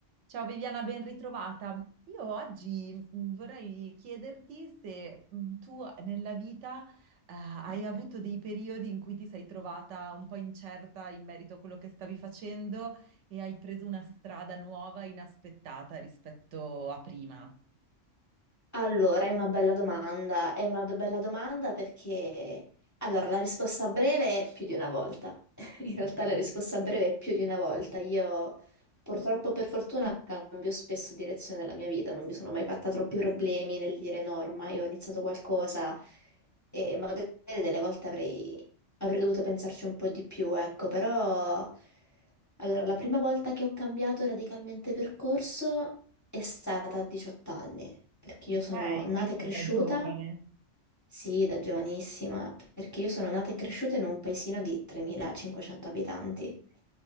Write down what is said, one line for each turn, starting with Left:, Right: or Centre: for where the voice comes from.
Right: Ciao Viviana, ben ritrovata. Io oggi mh, vorrei chiederti se mh, tu nella vita eh, hai avuto dei periodi in cui ti sei trovata un po' incerta in merito a quello che stavi facendo e hai preso una strada nuova, inaspettata rispetto a prima.
Left: Allora, è una bella domanda, è una do- bella domanda perché... Allora, la risposta breve è più di una volta. <laughs> In realtà la risposta breve è più di una volta. Io purtroppo per fortuna cambio spesso direzione della mia vita, non mi sono mai fatta troppi problemi nel dire no, ormai ho iniziato qualcosa e magari delle volte avrei Avrei dovuto pensarci un po' di più, ecco, però... Allora, la prima volta che ho cambiato radicalmente percorso è stata a 18 anni, perché
Right: Ok,
Left: io sono nata
Right: quindi
Left: e cresciuta,
Right: da giovane.
Left: sì, da giovanissima, perché io sono nata e cresciuta in un paesino di 3.500 abitanti.